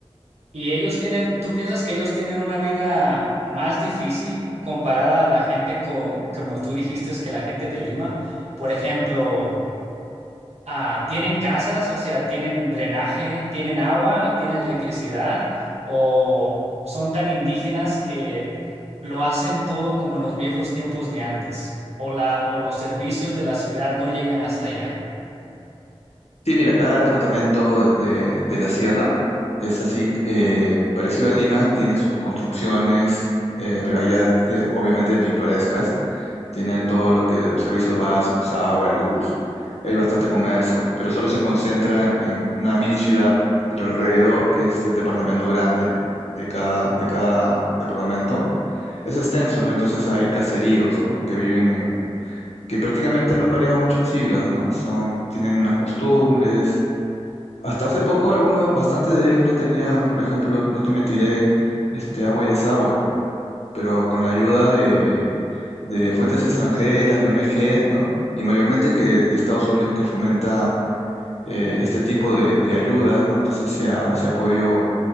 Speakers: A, on the right; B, on the left.
A: Y ellos tienen, ¿tú piensas que ellos tienen una vida más difícil comparada a la gente co- como tú dijiste, es que la gente de Lima? Por ejemplo, Ah, ¿tienen casas? O sea, ¿tienen drenaje? ¿Tienen agua? ¿Tienen electricidad? ¿O son tan indígenas que lo hacen todo como en los viejos tiempos de antes? ¿O la, o los servicios de la ciudad no llegan hasta allá?
B: Sí, mira, cada departamento de, de- de la sierra es así, eh, parecido a Lima, tiene sus construcciones, eh, pero allá eh, obviamente pintorescas Tienen todo lo que servicios básicos, agua, luz. Hay bastante comercio, pero solo se concentra en una mini ciudad, pero alrededor, que es el departamento grande de cada, de cada departamento, es extenso, ¿no? Entonces hay caseríos, ¿no? Que viven en, que prácticamente no han variado mucho en siglos, ¿no? Son, tienen unas costumbres. Hasta hace poco algunos, bastante de ellos no tenían, por ejemplo, no te mentiré, este agua y desagüe pero con la ayuda de, de fuentes extranjeras, de ONGs, ¿no? Y mayormente que de Estados Unidos que fomenta eh, este tipo de, de ayudas, ¿no? Entonces se ha, se ha podido